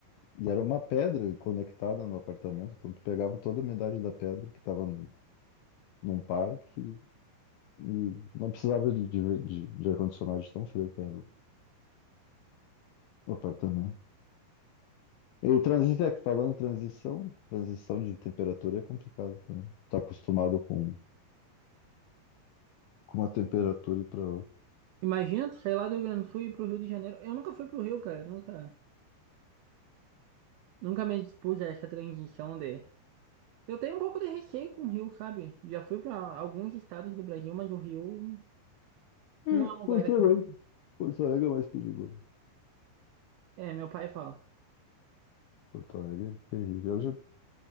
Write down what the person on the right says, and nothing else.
Imagina, tu sair lá do Rio Grande do Sul e ir pro Rio de Janeiro. Eu nunca fui pro Rio, cara. Nunca, nunca me dispus a essa transição de. Eu tenho um pouco de receio com o Rio, sabe? Já fui pra alguns estados do Brasil, mas o Rio
não é um lugar
aqui.
É, meu pai fala.